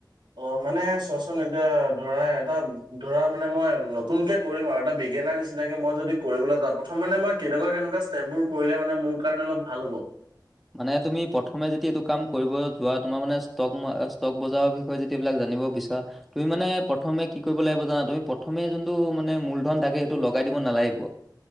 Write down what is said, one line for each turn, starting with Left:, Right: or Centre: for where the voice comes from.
Right: অ' মানে চোৱাচোন, এতিয়া ধৰা এটা ধৰা মানে মই নতুনকে কৰিম আৰু এটা বে গেনাৰ নিচিনাকে মই যদি কৰিবলৈ যাওঁ, প্ৰথম মানে মই কেনেকুৱা - কেনেকুৱা ষ্টেপবোৰ কৰিলে মানে মোৰ কাৰণে অলপ ভাল হ'ব?
Centre: মানে তুমি প্ৰথমে যদি এইটো কাম কৰিব যোৱা, তোমাৰ মানে ষ্টক মা- ষ্টকবজাৰৰ বিষয়ে যেতিয়া এইবিলাক জা জানিব বিচৰা তুমি মানে প্ৰথমে কি কৰিব লাগিব জানা তুমি প্ৰথমে যোনটো মানে মূলধন থাকে সেইটো লগাই দিব নালাগিব।